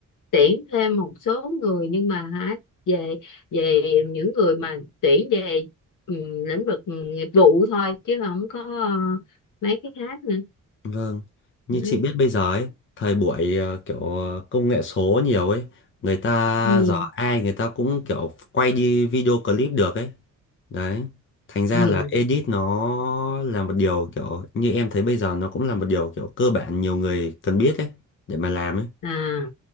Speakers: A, on the left; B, on the left.
A: tuyển thêm một số người nhưng mà hả về về những người mà tuyển về ừ, lĩnh vực nghiệp vụ thôi chứ không có ờ, mấy cái khác nữa
B: Vâng, như
A: ừ.
B: chị biết bây giờ ấy, thời buổi ờ, kiểu ờ, công nghệ số nhiều ấy, người ta
A: Ừ.
B: giờ ai người ta cũng kiểu quay đi video clip được ấy. Đấy, thành ra
A: Ừ.
B: là edit nó là một điều kiểu như em thấy bây giờ nó cũng là một điều kiểu cơ bản nhiều người cần biết ấy để mà làm ấy.
A: À.